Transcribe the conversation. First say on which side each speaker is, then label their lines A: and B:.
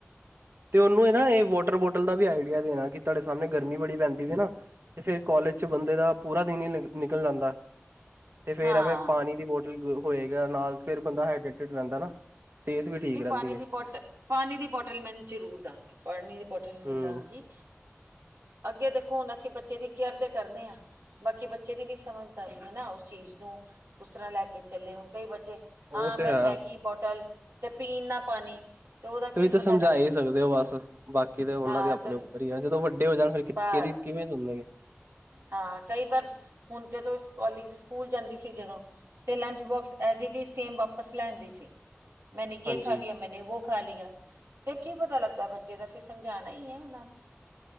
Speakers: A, on the right; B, on the right.
A: ਤੇ ਉਹਨੂੰ ਨਾ ਇਹ ਵੋਟਰ ਬੋਟਲ ਦਾ ਵੀ ਆਈਡੀਆ ਨਹੀ ਹੈਗਾ ਕਿ ਤੁਹਾਡੇ ਸਾਹਣੇ ਗਰਮੀ ਬੜੀ ਪੈਂਦੀ। <unintelligible> ਫਿਰ ਕੋਲਜ ਚ ਬੰਦੇ ਦਾ ਪੂਰਾ ਦਿਨ ਹੀ ਨਿਕਲ ਜਾਂਦਾ। ਤੇ ਫੇਰ
B: ਹਾਂ
A: ਐਵੇਂ ਪਾਣੀ ਦੀ ਬੋਤਲ ਹੋਏਗਾ ਨਾਲ ਫਿਰ ਬੰਦਾ ਹਾਈਡਰੇਟਡ ਰਹਿੰਦਾ ਨਾ। ਸਿਹਤ ਵੀ ਠੀਕ
B: ਤੇ
A: ਰਹਿੰਦੀ
B: ਪਾਣੀ ਦੀ
A: ਹੈ।
B: ਬੋਟਲ ਪਾਣੀ ਦੀ ਬੋਟਲ ਮੈਨੂੰ ਜ਼ਰੂਰ ਦੇਵਾਂਗੀ ਪਾਣੀ ਦੀ। ਬੋਤਲ ਮੈ
A: ਹੂੰ-ਹੂੰ।
B: ਦਾਗੀ, ਅੱਗੇ ਦੇਖੋ ਹੁਣ ਅਸੀਂ ਬੱਚੇ ਦੀ ਕੇਅਰ ਤੇ ਕਰਨੇ ਆ ਬਾਕੀ ਬੱਚੇ ਦੀ ਵੀ ਸਮਝਦਾਰੀ ਹੈ, ਨਾ ਉਸ ਚੀਜ਼ ਨੂੰ ਉਸਰਾ ਲੈ ਕੇ ਚੱਲੇ ਹੁਣ ਕਈ ਬੱਚੇ
A: ਉਹ
B: ਹਾ ਮੈਂ
A: ਤੇ ਹੈ
B: ਲੇਗੀ ਬੋਟਲ ਤੇ ਪੀਣ ਨਾ ਪਾਣੀ ਤੇ ਉਹਦਾ
A: ਤੁਸੀਂ
B: ਕੀ
A: ਤਾਂ
B: ਪਤਾ
A: ਸਮਝਾ
B: ਲੱਗਦਾ
A: ਹੀ ਸਕਦੇ ਹੋ, ਬਸ ਬਾਕੀ ਤੇ ਉਹਨਾਂ
B: ਹਾਂ
A: ਦੇ ਆਪਣੇ
B: ਸ
A: ਉੱਪਰ ਹੀ ਹੇ ਜਦੋਂ ਵੱਡੇ ਹੋ ਜਾਣ ਫਿਰ ਕਿ
B: ਬਸ
A: ਕਿਦੀ ਕਿਵੇ ਸੁਣਗੇ
B: ਹਾਂ ਕਈ ਵਾਰ ਹੁਣ ਜਦੋਂ ਕੋਲਜ, ਸਕੂਲ ਜਾਂਦੀ ਸੀ ਜਦੋਂ ਤੇ ਲੰਚ ਬੋਕਸ ਐਜਟੀਜ ਸੇਮ ਵਾਪਸ ਲੈ ਆਂਦੀ ਸੀ। ਮੈਨੇ ਯੇ
A: ਹਾਂਜੀ।
B: ਖਾਲੀ ਮੈਂਨੇ ਵੋ ਖਾਲੀ ਆ, ਤੇ ਕੀ ਪਤਾ ਲੱਗਦਾ ਬੱਚ <unintelligible> ਅਸੀ ਸਮਝਾਣਾ ਏ ਉਹਨਾਂ ਨੂੰ